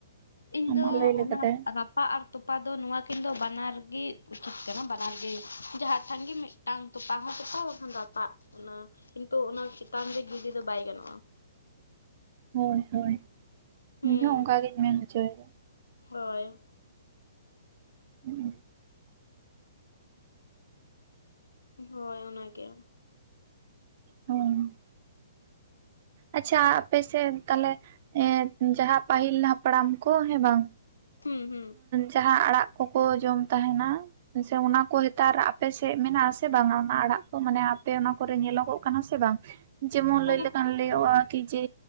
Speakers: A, on the left; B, on the right.
A: ᱤᱧ
B: ᱟᱢᱟᱜ
A: ᱫᱚ
B: ᱞᱟᱹᱭ ᱞᱮᱠᱟᱛᱮ
A: ᱚᱱᱟ ᱨᱟᱯ ᱨᱟᱯᱟᱜ ᱟᱨ ᱛᱚᱯᱟ ᱫᱚ ᱱᱚᱣᱟ ᱠᱤᱱ ᱫᱚ ᱵᱟᱱᱟᱨ ᱜᱤ ᱩᱪᱤᱛ ᱠᱟᱱᱟ ᱵᱟᱱᱟᱨ ᱜᱮ ᱡᱟᱦᱟᱸ ᱴᱷᱟᱝ ᱜᱮ ᱢᱤᱫᱴᱟᱝ ᱛᱚᱯᱟ ᱦᱚᱸ ᱛᱚᱯᱟ ᱵᱟᱠᱷᱟᱱ ᱨᱟᱯᱟᱜ ᱚᱱᱟ ᱠᱤᱱᱛᱩ ᱚᱱᱟ ᱪᱮᱛᱟᱱ ᱨᱮ ᱜᱤᱰᱤ ᱫᱚ ᱵᱟᱭ ᱜᱟᱱᱚᱜ-ᱟ᱾
B: ᱦᱳᱭ ᱦᱳᱭ
A: ᱦᱩᱸ
B: ᱤᱧᱦᱚᱸ ᱚᱱᱠᱟᱟᱜᱤᱧ ᱢᱮᱱ ᱦᱚᱪᱚᱭᱮᱫᱟ᱾
A: ᱦᱳᱭ᱾
B: <unintelligible>
A: ᱦᱳᱭ ᱚᱱᱟᱜᱮ,
B: ᱦᱩᱸ ᱟᱪᱪᱷᱟ ᱟᱯᱮ ᱥᱮᱫ ᱛᱟᱦᱚᱞᱮ ᱮᱸ ᱡᱟᱦᱟᱸ ᱯᱟᱹᱦᱤᱞ ᱦᱟᱯᱲᱟᱢ ᱠᱚ ᱦᱮᱸ ᱵᱟᱝ
A: ᱦᱩᱸ ᱦᱩᱸ
B: ᱡᱟᱦᱟᱸ ᱟᱲᱟᱜ ᱠᱚᱠᱚ ᱡᱚᱢ ᱛᱟᱦᱮᱱᱟ ᱟᱪᱷᱟ ᱚᱱᱟ ᱠᱚ ᱱᱮᱛᱟᱨ ᱟᱯᱮ ᱥᱮᱫ ᱢᱮᱱᱟᱜ-ᱟ ᱥᱮ ᱵᱟᱝᱟ ᱚᱱᱟ ᱟᱲᱟᱜ ᱠᱚ ᱢᱟᱱᱮ ᱟᱯᱮ ᱚᱱᱟ ᱠᱚᱨᱮ ᱧᱮᱞᱚᱜᱚᱜ ᱠᱟᱱᱟ ᱥᱮ ᱵᱟᱝ ᱡᱮᱢᱚᱱ ᱞᱟᱹᱭ
A: ᱚᱱᱟ
B: ᱞᱮᱠᱷᱟᱱ
A: ᱢᱮᱱᱟᱜ
B: ᱞᱟᱹᱭᱚᱜ-ᱟ
A: ᱜᱮᱭᱟ
B: ᱠᱤ ᱡᱮ